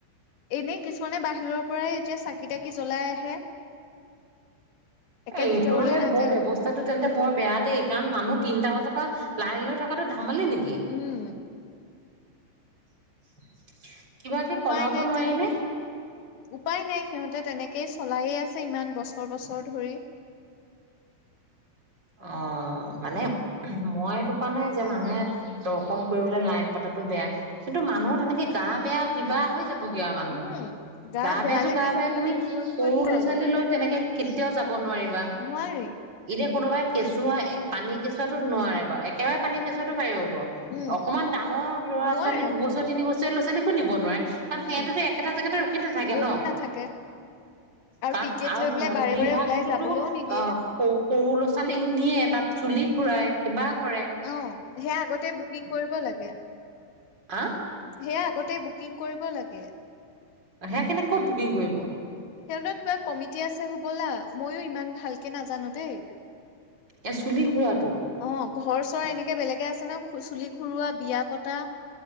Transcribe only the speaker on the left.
এনেই কিছুমানে বাহিৰৰ পৰাই এতিয়া চাকি তাকি জ্বলাই আহে। একে
ভিতৰলৈ
নাযায়
উম
উপায়
নাই
তেনেকে
উপায় নাই সি তে তেনেকেই চলায়ে আছে ইমান বছৰ, বছৰ ধৰি।
উম
বেয়া
লাগি
যায়গে
দুৰ্বল
হৈ যায়গে
নোৱাৰি
উম।
নোৱাৰে
অকমান
উম
ৰখি
নাথাকে
টিকেট
লৈ পেলাই
বাৰে বাৰে
ওলাই যাবলৈও নিদিয়ে
অ সেয়া আগতেই বুকিং কৰিব লাগে।
সেয়া আগতেই বুকিং কৰিব লাগে।
সিহঁতৰ কিবা কমিটি আছে হবলা ময়ো ইমান ভালকে নাজানো দেই।
অ ঘৰ চৰ এনেকে বেলেগে আছে ন <unintelligible> চুলি খুৰুৱা, বিয়া পতা